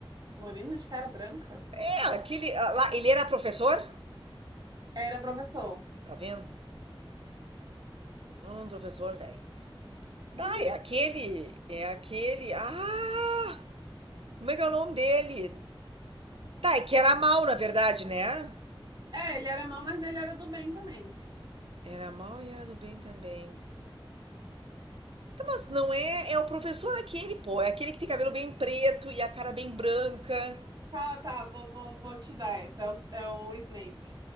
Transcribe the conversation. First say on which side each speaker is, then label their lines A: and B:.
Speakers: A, on the right; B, on the right.
A: Moreno de cara branca?
B: É, aquele. ah, Lá, ele era professor?
A: Era professor.
B: Tá vendo? Não, não, professor, velho.
A: <laughs>
B: Tá, é aquele. É aquele. Ah! Como é que é o nome dele? Tá, é que era mal, na verdade, né?
A: É, ele era mau, mas ele era do bem também.
B: Era mal e era do bem também. Tá, mas não é. É o professor aquele, pô. É aquele que tem cabelo bem preto e a cara bem branca.
A: Fala, tá, vou, vou, vou te dar essa. É o, é o Snape.